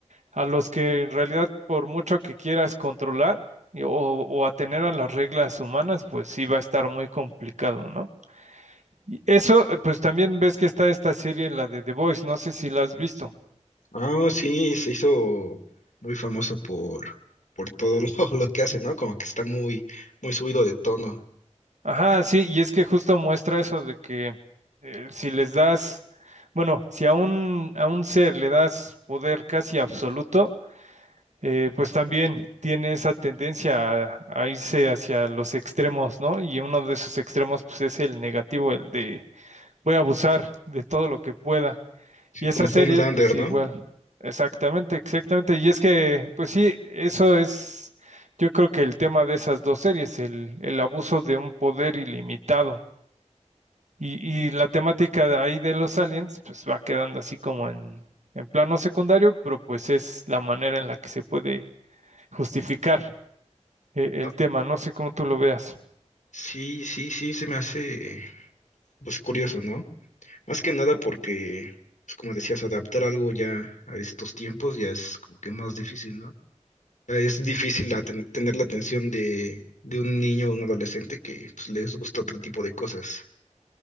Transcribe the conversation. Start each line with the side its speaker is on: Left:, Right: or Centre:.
Right: a los que en realidad por mucho que quieras controlar y- o, o atener a las reglas humanas, pues sí va a estar muy complicado, ¿no? Y eso, eh, pues también ves que está esta serie, la de The Voice, no sé si la has visto.
Left: Ah, sí, se hizo muy famoso por, por todo <laughs> lo, lo que hace, ¿no? Como que está muy, muy subido de tono.
Right: Ajá, sí, y es que justo muestra eso de que eh, si les das, bueno, si a un, a un ser le das poder casi absoluto, eh, pues también tiene esa tendencia a, a irse hacia los extremos, ¿no? Y uno de esos extremos, pues es el negativo, el de voy a abusar de todo lo que pueda.
Left: Sí,
Right: Y esas
Left: como
Right: series,
Left: Homelander,
Right: pues sí,
Left: ¿no?
Right: igual. Exactamente, exactamente. Y es que, pues sí, eso es, yo creo que el tema de esas dos series, el, el abuso de un poder ilimitado. Y, y la temática de ahí de los aliens, pues va quedando así como en, en plano secundario, pero pues es la manera en la que se puede justificar eh, el
Left: No,
Right: tema. No sé cómo tú lo veas.
Left: Sí, sí, sí, se me hace, pues, curioso, ¿no? Más que nada porque, pues, como decías, adaptar algo ya a estos tiempos ya es como que más difícil, ¿no? Eh, Es difícil aten- tener la atención de, de un niño o un adolescente que pues, les gusta otro tipo de cosas.